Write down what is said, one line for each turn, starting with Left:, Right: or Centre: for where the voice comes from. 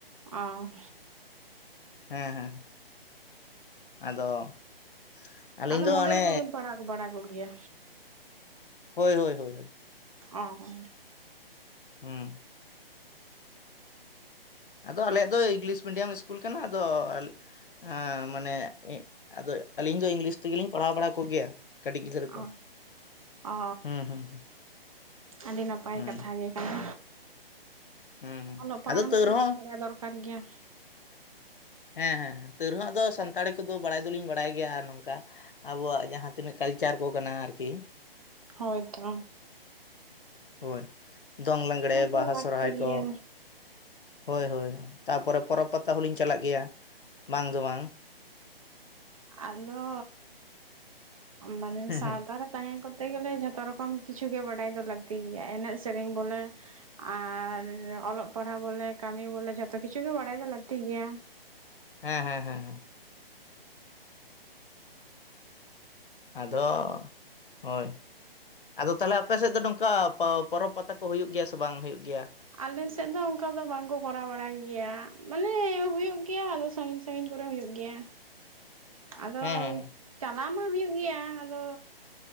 Right: ᱚᱸ
Left: ᱦᱮᱸ ᱦᱮᱸ᱾ ᱟᱫᱚ ᱟᱹᱞᱤᱧ
Right: ᱟᱫᱚ
Left: ᱫᱚ
Right: ᱢᱚᱰᱮᱞ
Left: ᱚᱱᱮ
Right: ᱠᱚᱵᱤᱱ ᱯᱟᱲᱦᱟᱣ ᱵᱟᱲᱟ ᱠᱚ ᱜᱮᱭᱟ᱾
Left: ᱦᱳᱭ ᱦᱳᱭ ᱦᱳᱭ᱾
Right: ᱚ ᱦᱚ
Left: ᱦᱩᱸ ᱟᱫᱚ ᱟᱞᱮᱭᱟᱜ ᱫᱚ ᱤᱝᱞᱤᱥ ᱢᱤᱰᱤᱭᱟᱢ ᱤᱥᱠᱩᱞ ᱠᱟᱱᱟ ᱟᱫᱚ ᱦᱮᱸ ᱢᱟᱱᱮ ᱟᱫᱚ ᱟᱹᱞᱤᱧ ᱫᱚ ᱤᱝᱞᱤᱥ ᱛᱮᱜᱮ ᱞᱤᱧ ᱯᱟᱲᱦᱟᱣ ᱵᱟᱲᱟ ᱠᱚ ᱜᱮᱭᱟ᱾ ᱠᱟᱹᱴᱤᱡ ᱜᱤᱫᱽᱨᱟᱹ
Right: ᱚ ᱚᱻ
Left: ᱦᱩᱸ ᱦᱩᱸ
Right: ᱟᱹᱰᱤ ᱱᱟᱯᱟᱭ
Left: ᱦᱩᱸ
Right: ᱠᱟᱛᱷᱟ ᱜᱮ ᱠᱟᱱᱟ,
Left: ᱦᱩᱸ ᱦᱩᱸ
Right: ᱚᱞᱚᱜ ᱯᱟᱲᱦᱟᱣᱟᱢ
Left: ᱟᱫᱚ ᱛᱟᱹᱣ ᱨᱮᱦᱚᱸ
Right: <unintelligible> ᱥᱮᱬᱟ ᱫᱚᱨᱠᱟᱨ ᱜᱮᱭᱟ᱾
Left: ᱦᱮᱸ ᱦᱮᱸ ᱛᱟᱹᱣ ᱨᱮᱦᱚᱸ ᱟᱫᱚ ᱥᱟᱱᱛᱟᱲᱤ ᱠᱚᱫᱚ ᱵᱟᱲᱟᱭ ᱫᱚᱞᱤᱧ ᱵᱟᱲᱟᱭ ᱜᱮᱭᱟ ᱟᱨ ᱱᱚᱝᱠᱟ᱾ ᱟᱵᱚᱣᱟᱜ ᱡᱟᱦᱟᱸ ᱛᱤᱱᱟᱹᱜ ᱠᱟᱞᱪᱟᱨ ᱠᱚ ᱠᱟᱱᱟ ᱟᱨ ᱠᱤ᱾
Right: ᱦᱳᱭ ᱛᱚ᱾
Left: ᱦᱳᱭ ᱫᱚᱝ ᱞᱟᱜᱽᱲᱮ
Right: ᱛᱚ
Left: ᱵᱟᱦᱟ
Right: ᱞᱟᱹᱠᱛᱤ
Left: ᱥᱚᱨᱦᱟᱭ
Right: ᱜᱮᱭᱟ
Left: ᱠᱚ᱾ ᱦᱳᱭ ᱦᱳᱭ ᱛᱟᱯᱚᱨᱮ ᱯᱚᱨᱚᱵᱽ ᱯᱟᱛᱟ ᱦᱚᱞᱤᱧ ᱪᱟᱞᱟᱜ ᱜᱮᱭᱟ ᱵᱟᱝ ᱫᱚ ᱵᱟᱝ᱾
Right: ᱟᱫᱚ ᱢᱟᱱᱮ
Left: ᱦᱮᱸ
Right: ᱥᱟᱶᱛᱟ ᱨᱮ ᱛᱟᱦᱮᱸ ᱠᱚᱨᱛᱮ ᱜᱮᱞᱮ ᱡᱷᱚᱛᱚ ᱨᱚᱠᱚᱢ ᱠᱤᱪᱷᱩ ᱜᱮ ᱵᱟᱰᱟᱭ ᱫᱚ ᱞᱟᱹᱠᱛᱤ ᱜᱮᱭᱟ, ᱮᱱᱮᱡ ᱥᱮᱨᱮᱧ ᱵᱚᱞᱮ ᱟᱨ ᱚᱞᱚᱜ ᱯᱟᱲᱦᱟᱜ ᱵᱚᱞᱮ ᱠᱟᱹᱢᱤ ᱵᱚᱞᱮ ᱡᱷᱚᱛᱚ ᱠᱤᱪᱷᱩ ᱜᱮ ᱵᱟᱲᱟᱭ ᱫᱚ ᱞᱟᱹᱠᱛᱤ ᱜᱮᱭᱟ᱾
Left: ᱦᱮᱸ ᱦᱮᱸ ᱦᱮᱸ ᱦᱮᱸ᱾ ᱟᱫᱚ ᱦᱳᱭ᱾ ᱟᱫᱚ ᱛᱟᱦᱚᱞᱮ ᱟᱯᱮ ᱥᱮᱫ ᱫᱚ ᱱᱚᱝᱠᱟ ᱯᱚᱨᱚᱵ ᱯᱟᱛᱟ ᱠᱚ ᱦᱩᱭᱩᱜ ᱜᱮᱭᱟ ᱥᱮ ᱵᱟᱝ ᱦᱩᱭᱩᱜ ᱜᱮᱭᱟ?
Right: ᱟᱞᱮ ᱥᱮᱫ ᱫᱚ ᱚᱱᱠᱟ ᱫᱚ ᱵᱟᱝᱠᱚ ᱠᱚᱨᱟᱣ ᱵᱟᱲᱟᱭ ᱜᱮᱭᱟ ᱢᱟᱱᱮ ᱦᱩᱭᱩᱜ ᱜᱮᱭᱟ ᱟᱫᱚ ᱥᱟᱺᱜᱤᱧ ᱥᱟᱺᱜᱤᱧ ᱠᱚᱨᱮ ᱦᱩᱭᱩᱜ ᱜᱮᱭᱟ ᱟᱫᱚ
Left: ᱦᱮᱸ ᱦᱮᱸ ᱦᱮᱸ
Right: ᱪᱟ ᱪᱟ ᱢᱟ ᱦᱩᱭᱩᱜ ᱜᱮᱭᱟ ᱟᱫᱚ